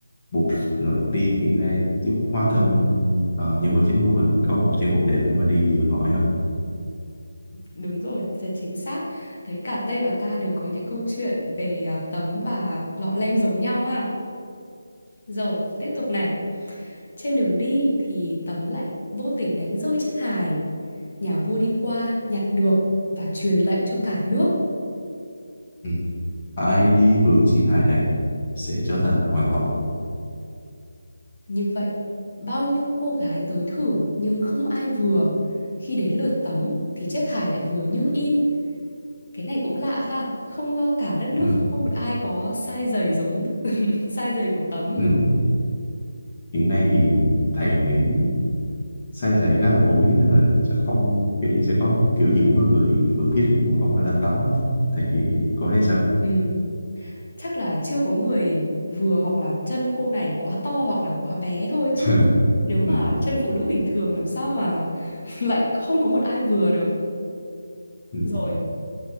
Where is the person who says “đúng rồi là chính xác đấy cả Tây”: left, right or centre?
Left